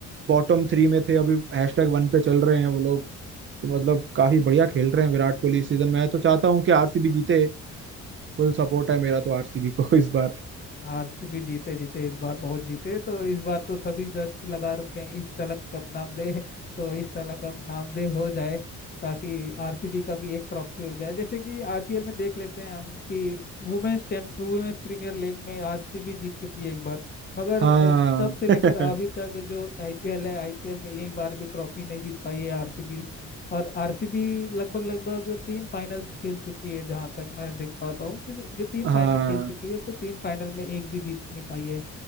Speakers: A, on the right; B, on the left.
A: बॉटम थ्री में थे अभी हैशटैग वन पे चल रहे हैं वो लोग तो मतलब काफी बढ़िया खेल रहे हैं विराट कोहली इस सीजन मैं तो चाहता हूँ कि आरसीबी जीते फुल सपोर्ट है मेरा तो आरसीबी को इस बार
B: आरसीबी जीते जीते इस बार बहुत जीते तो इस बार तो सभी दस्त लगा रखे हैं इस साल कप नाम दे तो इस साल कप नाम दे हो जाए ताकि आरसीबी का भी एक ट्रॉफी हो जाए जैसे कि आईपीएल में देख लेते हैं हम कि वुमेन्स चैंप वुमेन्स प्रीमियर लीग में आरसीबी जीत चुकी है एक बार मगर
A: हाँ
B: अ, तब से
A: <laughs>
B: लेकर अभी तक जो आईपीएल है आईपीएल में एक बार भी ट्रॉफी नहीं जीत पाई है आरसीबी और आरसीबी लगभग लगभग तीन फाइनल्स खेल चुकी है जहां तक मैं देख पाता हूँ कि जो तीन
A: हाँ
B: फाइनल खेल चुकी है तो तीन फाइनल में एक भी जीत नहीं पाई है